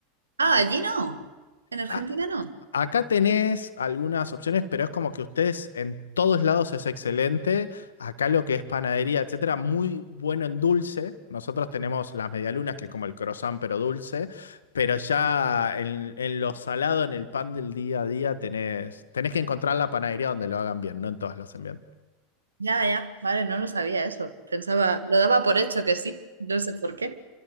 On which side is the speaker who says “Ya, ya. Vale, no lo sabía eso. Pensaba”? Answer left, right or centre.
Right